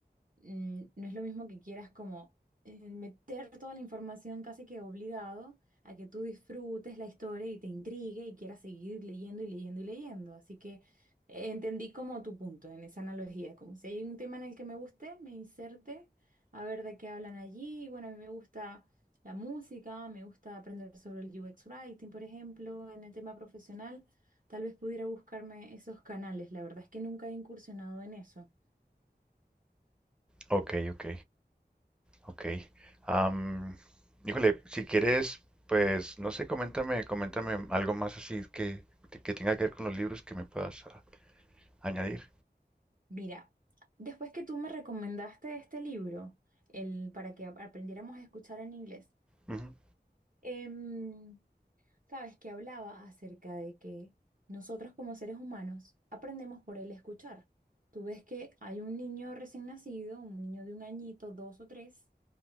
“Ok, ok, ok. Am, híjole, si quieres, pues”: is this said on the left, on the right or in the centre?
Centre